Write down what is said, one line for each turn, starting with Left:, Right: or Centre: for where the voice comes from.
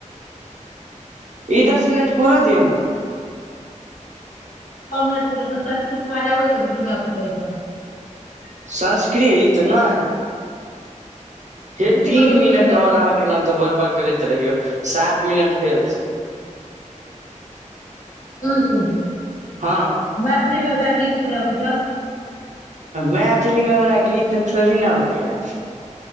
Right: ई दस मिनट पूरा दिऔ ने
Left: छ मिनट पू दोसरी बाज आबै छ बि्टू भ पूछै छ <unintelligible>
Right: संस्कृत नहि
Left: उर्दू
Right: हे तीन
Left: बाजऽ आबै
Right: मिनट
Left: छौ
Right: आओर अहाँ के न तो बड़ बड़ करैत रहियौ सात मिनट भेल
Left: ह
Right: हँ
Left: मैथिलीमे एकटा गीत सुनबी तऽ <unintelligible>
Right: मैथिलीमे हमरा गीत थोड़ी न होइ ह